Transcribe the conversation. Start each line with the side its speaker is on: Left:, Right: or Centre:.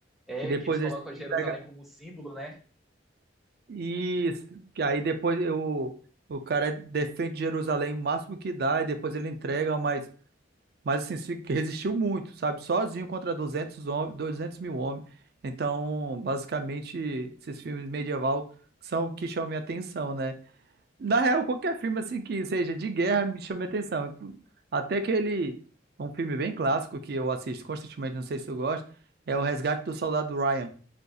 Centre: É,
Right: E depois
Centre: que eles colocam
Right: eles têm
Centre: Jerusalém
Right: que pegar.
Centre: como símbolo, né?
Right: Isso. Que aí depois eu, o cara defende Jerusalém o máximo que dá, e depois ele entrega, mas. Mas assim, se- resistiu muito, sabe? Sozinho contra 200 homens, 200 mil homens. Então, basicamente, esses filmes medieval são o que chamam minha atenção, né? Na real, qualquer filme assim que seja de guerra me chama minha atenção. Inclu- Até aquele, um filme bem clássico que eu assisto constantemente, não sei se tu gosta, é O Resgate do Soldado Ryan.